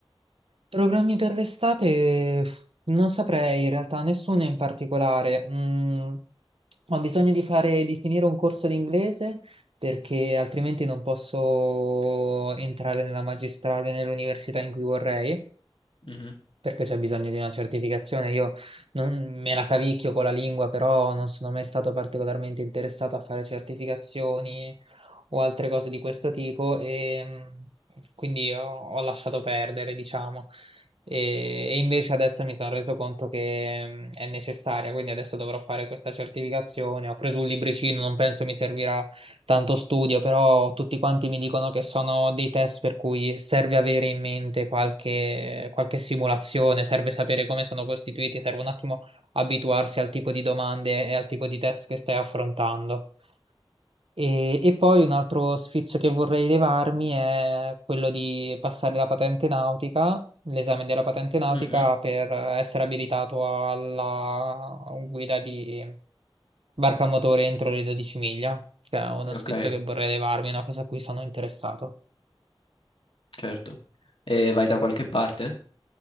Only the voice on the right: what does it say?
Programmi per l'estate? Non saprei in realtà, nessuno in particolare. Mm, ho bisogno di fare, di finire un corso di inglese perché altrimenti non posso entrare nella magistrale, nell'università in cui vorrei
perché c'è bisogno di una certificazione. Io non me la cavicchio con la lingua, però non sono mai stato particolarmente interessato a fare certificazioni o altre cose di questo tipo e mh, quindi ho, ho lasciato perdere, diciamo. E, e invece adesso mi sono reso conto che mh, è necessaria, quindi adesso dovrò fare questa certificazione. Ho preso un libricino, non penso mi servirà tanto studio, però tutti quanti mi dicono che sono dei test per cui serve avere in mente qualche, qualche simulazione, serve sapere come sono costituiti, serve un attimo abituarsi al tipo di domande e al tipo di test che stai affrontando. E, e poi un altro sfizio che vorrei levarmi è quello di passare la patente nautica, l'esame della patente nautica
per essere abilitato alla guida di, Barca a motore entro le 12 miglia, che è uno spizio
che vorrei levarmi, una cosa a cui sono interessato.